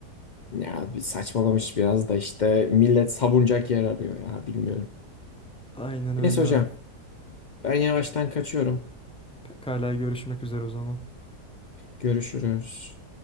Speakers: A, on the left; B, in the centre.
A: Ya bir saçmalamış biraz da işte millet savunacak yer arıyor ya bilmiyorum.
B: Aynen öyle
A: Neyse hocam
B: abi.
A: ben yavaştan kaçıyorum.
B: Pekala görüşmek üzere o zaman.
A: Görüşürüz.